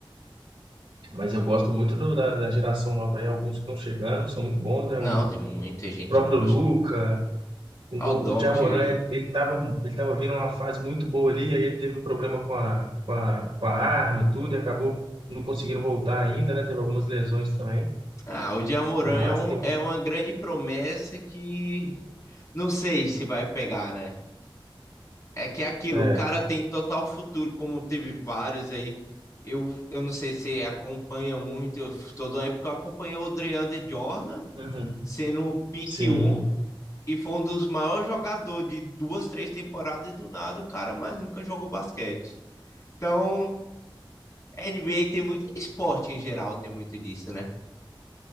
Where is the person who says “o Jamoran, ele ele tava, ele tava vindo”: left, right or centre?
Right